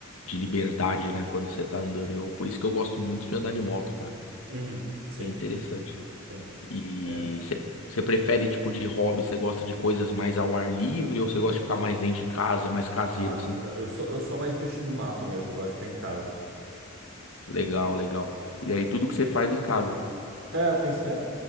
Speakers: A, on the left; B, on the right.
A: liberdade, né, quando você tá andando. Eu, por isso que eu gosto muito de andar de moto, cara.
B: Uhum, sim,
A: Bem interessante.
B: sim.
A: E
B: É,
A: você você prefere tipo de hobby? Você gosta de coisas mais ao ar livre ou você gosta de ficar mais dentro de casa, mais caseiro
B: ah,
A: assim?
B: eu, eu sou, eu sou mais bicho do mato mesmo, eu gosto de ficar em casa.
A: Legal, legal. E aí tudo que você faz em casa.
B: É, a, princ- é,